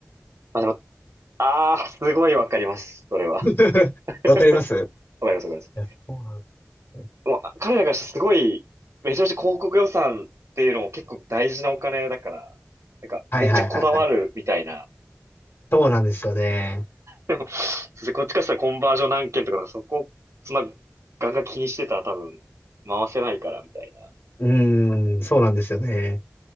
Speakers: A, on the right; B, on the left.
A: まあでも、あー、すごいわかります。それは。
B: <laughs> わかりますい
A: <laughs> わかります、わかります。
B: や、そうなんですね。
A: もう、彼らからしてすごい、めちゃめちゃ広告予算っていうのも結構大事なお金だから、なんかめっちゃこだわるみたいな
B: はいはいはいはい。そうなんですよね。
A: でも、そうですねこっちからしたらコンバージョン何件とか、なんかそこ、そんな、ガンガン気にしてたら多分、回せないから、みたいな。
B: うーん、そうなんですよね。